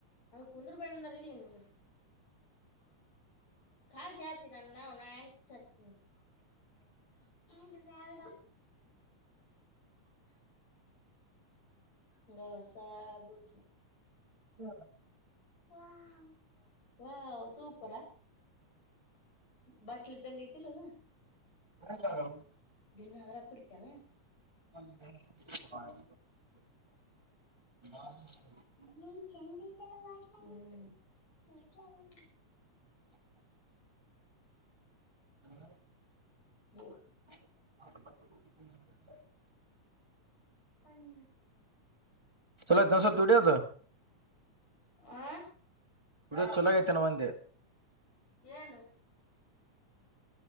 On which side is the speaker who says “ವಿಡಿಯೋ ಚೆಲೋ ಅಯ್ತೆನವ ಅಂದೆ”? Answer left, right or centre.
Right